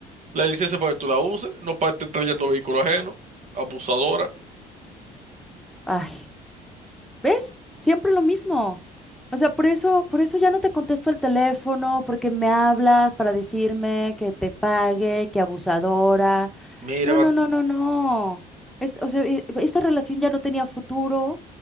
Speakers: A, on the right; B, in the centre.
A: La licencia para que tú la uses, no para estar trayendo vehículo ajeno, abusadora.
B: Ay, ¿ves? Siempre lo mismo. O sea, por eso, por eso ya no te contesto el teléfono, porque me hablas para decirme que te pague, que abusadora.
A: Mire,
B: No,
A: va-
B: no, no, no, no. Es- o sea, e- esta relación ya no tenía futuro.